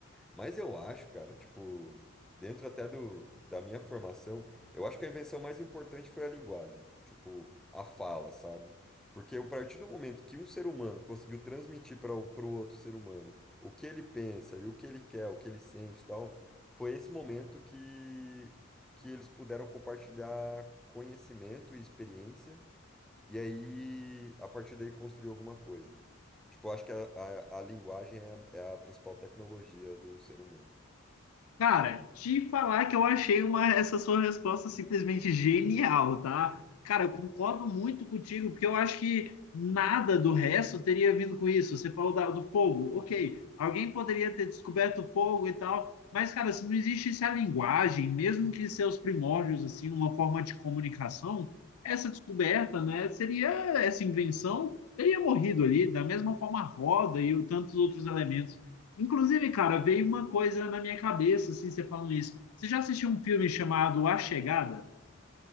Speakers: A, in the centre; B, on the left (about 90°).
A: Mas eu acho, cara, tipo, dentro até do, da minha formação, eu acho que a invenção mais importante foi a linguagem, tipo, a fala, sabe? Porque a partir do momento que um ser humano conseguiu transmitir para o pro outro ser humano o que ele pensa e o que ele quer, o que ele sente e tal, foi esse momento que, que eles puderam compartilhar conhecimento e experiência e aí, a partir daí, construir alguma coisa. Tipo, eu acho que a, a, a linguagem é a, é a principal tecnologia do ser humano.
B: Cara, te falar que eu achei uma, essa sua resposta simplesmente genial, tá? Cara, eu concordo muito contigo, porque eu acho que nada do resto teria vindo com isso. Você falou da- do fogo, ok. Alguém poderia ter descoberto o fogo e tal, mas, cara, se não existisse a linguagem, mesmo que seus primórdios, assim, uma forma de comunicação, essa descoberta, né, seria essa invenção, teria morrido ali, da mesma forma a roda e o- tantos outros elementos. Inclusive, cara, veio uma coisa na minha cabeça, assim, você falando isso. Você já assistiu um filme chamado A Chegada?